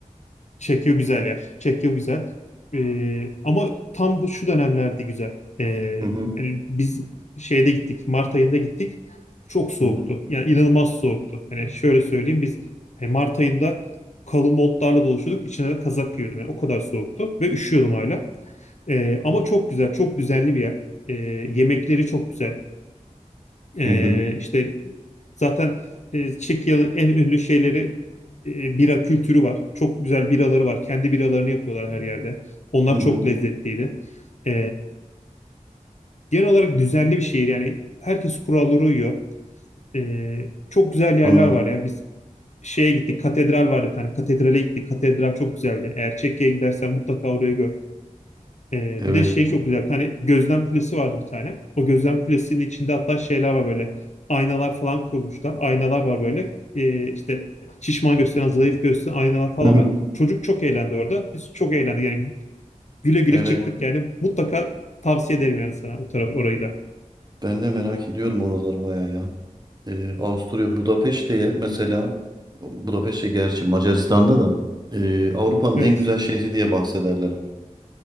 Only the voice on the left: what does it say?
Çekya güzel yer. Çekya güzel. Ee, ama tam bu şu dönemlerde güzel. Ee,
yani biz şeyde gittik. Mart ayında gittik. Çok soğuktu.
Yani inanılmaz soğuktu. Hani şöyle söyleyeyim biz e, Mart ayında kalın montlarla dolaşıyorduk. İçine de kazak giyiyordum. Yani o kadar soğuktu ve üşüyordum hala. Ee, ama çok güzel, çok düzenli bir yer. Ee, yemekleri çok güzel. E,
işte zaten e, Çekya'nın en ünlü şeyleri e, bira kültürü var. Çok güzel biraları var. Kendi biralarını yapıyorlar her yerde. Onlar
çok lezzetliydi. E, genel olarak düzenli bir şehir. Yani herkes kurallara uyuyor. E, çok güzel yerler
var ya. Biz şeye gittik. Katedral vardı bir tane. Katedrale gittik. Katedral çok güzeldi. Eğer Çekya'ya gidersen mutlaka orayı gör. Ee,
bir de şey çok güzel. Bir tane gözlem kulesi vardı bir tane. O gözlem kulesinin içinde hatta şeyler var böyle. Aynalar falan kurmuşlar. Aynalar var böyle. Ee, işte şişman gösteren, zayıf gösteren aynalar falan
var. Çocuk çok eğlendi orada. Biz çok eğlendik. Yani güle güle
çıktık yani. Mutlaka tavsiye ederim yani sana o taraf orayı da.
Evet.